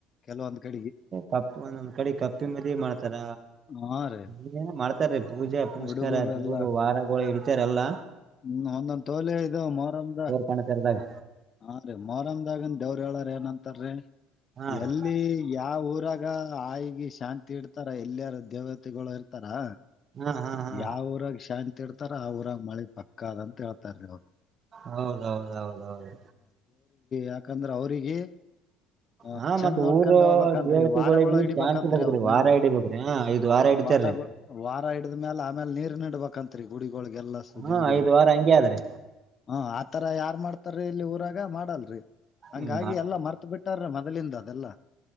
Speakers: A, on the left; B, on the right.
A: ಕೆಲವೊಂದ್ ಕಡಿಗೆ
B: ಕಪ್ಪು ಒಂದೊಂದ್, ಕಡೆ ಕಪ್ಪಿ ಮದಿ ಮಾಡ್ತಾರ.
A: ಹಾ ರೀ
B: ಇನ್ನು, ಏನೋ, ಮಾಡ್ತಾರೀ! ಪೂಜೆ ಪುನಸ್ಕಾರ.
A: ಹುಡುಗರು
B: ದೇವರು
A: ಎಲ್ಲ
B: ವಾರಗಳು ಹಿಡಿತಾರೆಲ್ಲ.
A: ಹ್ಮ್, ಒಂದೊಂದ್ ತೋಲೆ ಇದು ಮೊರಮ್ದ
B: ಕಣ್ ತೆರ್ದಾಗ
A: ಹಾ ರೀ ಮೊರಮ. ದೇವ್ರ ಹೇಳಾರ ಏನಂತಾರೀ. <inaudible>
B: ಹಾ ರೀ
A: ಎಲ್ಲಿ ಯಾ ವುರಾಗ. ಆಯೋ ಆಯಿ <inaudible> ಶಾಂತಿ ಇಡ್ತಾರೆ ಎಲ್ಲಿ! <inaudible> ದೇವತೆಗಳು ಇರ್ತಾರಾ.
B: ಹಾ ಹಾ ಹಾ
A: ಯಾವ ಊರಾಗ ಶಾಂತಿ. ಇಡ್ತಾರ, ಆ ಊರಾಗ ಮಳಿ ಪ. <inaudible> ಕಾದ ಅಂತ ಹೇಳ್ತಾರೀ ಅವರ.
B: ಹೌದೌದೌದೌದು.
A: ಯಾಕಂದ್ರೆ, ಅವ್ರಿಗಿ. ಹ
B: ಹಾ
A: ಚಂದ್
B: ಮತ್ತ್
A: ನೋಡ್ಕೊಂಡು
B: ಊರು
A: ಹೋಗ್ಬೇಕು, ಅಂತರಿ
B: ದೇವತೆಗೊಳಿಗಿ
A: ವಾರಗಳು ಇಡಿಬೇಕು
B: ಶಾಂತಿ
A: ಅಂತರಿ
B: ಇರ್ಬೆಕ್ರಿ
A: ಅವ್ರ
B: ವಾರ
A: ಮ್ಯಾಲೆ
B: ಹಿಡಿಬೇಕ್ರಿ ಹಾ ಐದ್ ವಾರ
A: ಹಾ
B: ಹಿಡಿತಾರ್ರಿ
A: ವಾರಗಳು ವಾರ ಹಿಡದ್ಮೈಲೆ ಆಮೇಲೆ ನೀರ್. ನಡಬೇಕಂತತ್ರಿ ಗುಡಿಗ. <inaudible> ೊಳಗೆಲ್ಲಸದೆ
B: ಹಾ
A: ಅವ್ರಿಗೆ.
B: ಐದ್ ವಾರ ಹಂಗೆ ಆದ್ರಿ
A: <inaudible> ಹ ಆತರ ಯಾರ್ ಮಾಡ್ತ. ತ್ತರ ಇಲ್ಲಿ ಊರಾಗ ಮಾಡಲ್ರಿ ಹಂಗಾಗಿ
B: ಇಲ್
A: ಎಲ್ಲಾ ಮರ್ತ್ ಬಿಟ್ಟಾರ ಮೊದಲಿಂದದ ಅದೆಲ್ಲ